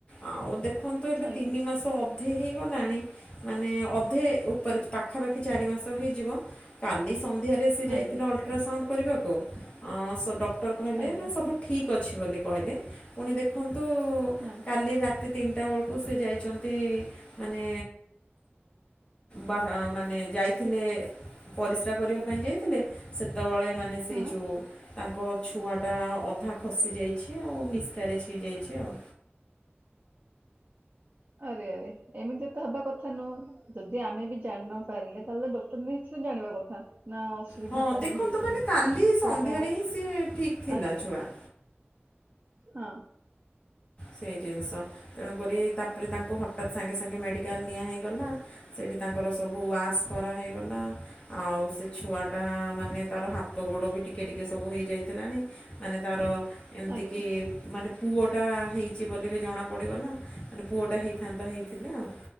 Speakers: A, on the left; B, on the right.
A: ଆଉ ଦେଖନ୍ତୁ ଏବେ
B: ଆଜ୍ଞା
A: ତିନି ମାସ ହବ ଅଧେ ହେଇଗଲାଣି ମାନେ ଅଧେ ଉପରେ ପାଖାପାଖି ଚାରି ମାସ ହେଇଯିବ। କାଲି ସନ୍ଧ୍ୟାରେ ସେ ଯାଇଥିଲା
B: ଆଜ୍ଞା
A: ଅଲଟ୍ରାସାଉଣ୍ଡ କରିବାକୁ ଆଁ ସେ ଡକ୍ଟର କହିଲେ
B: ଆଜ୍ଞା
A: ନା ସବୁ ଠିକ୍ ଅଛି ବୋଲି କହିଲେ ପୁଣି ଦେଖନ୍ତୁ
B: ହଁ
A: କାଲି ରାତି ତିନିଟା ବେଳକୁ ସେ ଯାଇଛନ୍ତି ମାନେ ବା ମାନେ ଯାଇଥିଲେ ପରିସ୍ରା କରିବା ପାଇଁ ଯାଇଥିଲେ ସେତେବେଳେ ମାନେ ସେଇ
B: ହଁ।
A: ଯୋଉ ତାଙ୍କ ଛୁଆଟା ଅଧା ଖସିଯାଇଛି ଆଉ ମିସ୍କାରେଜ ହେଇଯାଇଛି ଆଉ।
B: ଆରେ ଆରେ ଏମିତି ତ ହେବା କଥା ନୁହଁ ଯଦି ଆମେ ବି ଜାଣିନୁ ପାରିଲେ ତାହେଲେ ଡକ୍ଟର ନିଶ୍ଚିତ ଜାଣିବା କଥା ନା ଅସୁବିଧା
A: ହଁ
B: କଣ
A: ଦେଖନ୍ତୁ
B: ହେଇଛି
A: ମାନେ କାଲି ସନ୍ଧ୍ୟାରେ
B: ଛୁଆ ଟା
A: ହିଁ ସିଏ ଠିକ ଥିଲା
B: ଆଜ୍ଞା
A: ଛୁଆ।
B: ହଁ
A: ସେଇ ଜିନିଷ ତେଣୁକରି ତାପରେ ତାଙ୍କୁ ହଠାତ୍ ସାଙ୍ଗେ ସାଙ୍ଗେ ମେଡ଼ିକାଲ ନିଆ ହେଇଗଲା ସେଇଠି ତାଙ୍କର ସବୁ ୱାସ୍ କରାହେଇଗଲା। ଆଉ ସେ ଛୁଆ ଟା ମାନେ ତାର ହାତ ଗୋଡ ବି ଟିକେ ଟିକେ ସବୁ ହେଇଯାଇଥିଲାଣି। ମାନେ ତାର ଏମିତିକି
B: ଆଜ୍ଞା
A: ମାନେ ପୁଅଟା ହେଇଛି ବୋଲି ବି ଜଣାପଡ଼ିଗଲା। ମାନେ ପୁଅଟା ହେଇଥାନ୍ତା ହେଇଥିଲେ ଆଉ